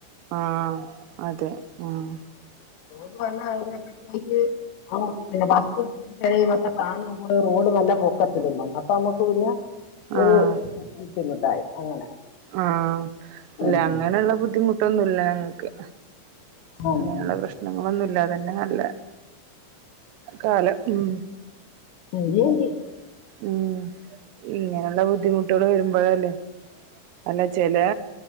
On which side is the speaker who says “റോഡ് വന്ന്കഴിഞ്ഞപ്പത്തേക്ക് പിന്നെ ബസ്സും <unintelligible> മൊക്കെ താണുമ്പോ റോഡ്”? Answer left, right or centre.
Left